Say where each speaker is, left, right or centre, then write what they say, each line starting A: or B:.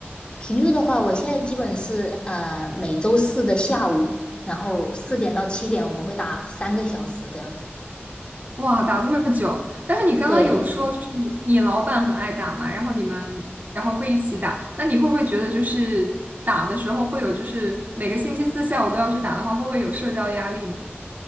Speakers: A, on the left (about 25°); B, on the right (about 45°).
A: 频率的话，我现在基本是呃每周四的下午，然后四点到七点我们会打三个小时这样子。
B: 哇，打这么久，但是你刚刚有说，
A: 对。
B: 就是你老板很爱打嘛，然后你们然后会一起打，那你会不会觉得就是打的时候会有，就是每个星期四下午都要去打的话，会不会有社交压力呢？